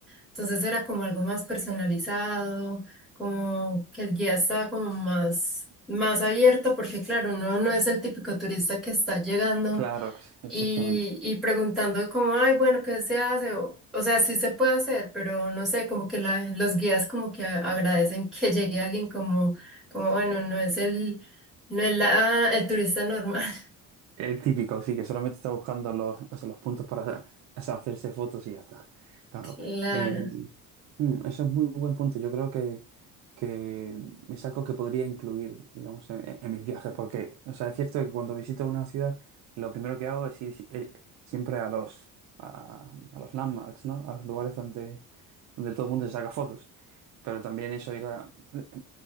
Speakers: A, in the centre; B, on the right.
A: Entonces era como algo más personalizado, como que el guía estaba como más, más abierto porque, claro, uno no es el típico turista que está llegando
B: Claro, exactamente.
A: y, y preguntando como, ay, bueno, ¿qué se hace? O, o sea, sí se puede hacer, pero no sé, como que la- los guías como que a- agradecen que llegue alguien como, como bueno, no es el, no es la, el turista normal. <laughs>
B: El típico, sí, que solamente está buscando los, o sea, los puntos para, o sea, hacerse fotos y ya está. Claro.
A: Claro,
B: Eh, Mm, eso es muy buen punto. Yo creo que, que es algo que podría incluir, digamos, en, en- mis viajes, porque, o sea, es cierto que cuando visito una ciudad, lo primero que hago es ir si- eh, siempre a los, a, a los landmarks, ¿no? A los lugares donde, donde todo el mundo se saca fotos. Pero también eso ir a, eh, eh,